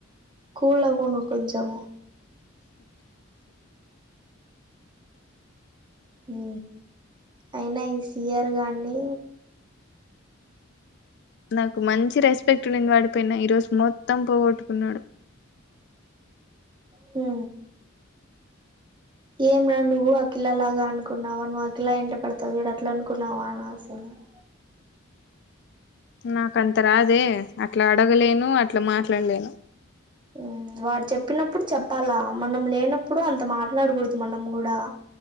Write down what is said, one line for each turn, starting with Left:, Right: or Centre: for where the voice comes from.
Right: కూలవ్వు నువ్వు కొంచము ఊ అయినా ఈ సిఆర్ గాన్ని
Left: నాకు మంచి రెస్పెక్ట్ ఉన్నింది వాడిపైన ఈ రోజు మొత్తం పోగొట్టుకున్నాడు
Right: హూ ఏం రా నువ్వు ఆకిలా లాగా అనుకున్నావా నువ్వు అకిిలా ఎంట పడతావు చూడు అట్లా అనుకున్నావా అనాల్సింది అవు
Left: నాకంత రాదే అట్లా అడగలేను అట్లా మాట్లాల్లేను
Right: ఉ వాడు చెప్పినప్పుడు చెప్పాలా మనం లేనప్పుడు అంత మాట్లాడకూడదు మనం గూడా